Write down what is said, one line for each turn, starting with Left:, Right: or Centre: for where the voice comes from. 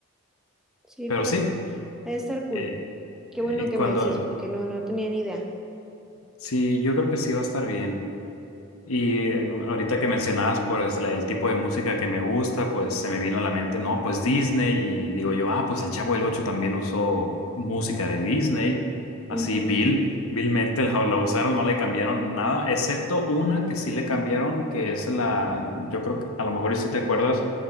Centre: Sí,
Left: Pero
Centre: pero
Left: sí,
Centre: debe estar cool.
Left: eh,
Centre: Qué
Left: eh,
Centre: bueno que
Left: cuando,
Centre: me dices, porque no, no tenía ni idea.
Left: sí, yo creo que sí va a estar bien. Y eh, ahorita que mencionabas pues la- el tipo de música que me gusta, pues se me vino a la mente, no, pues Disney y digo yo, ah, pues el Chavo del Ocho también usó música de Disney,
Centre: Ujú,
Left: así vil, vilmente la, la usaron, no le cambiaron nada, excepto una que sí le cambiaron, que es la, yo creo que a lo mejor y si te acuerdas,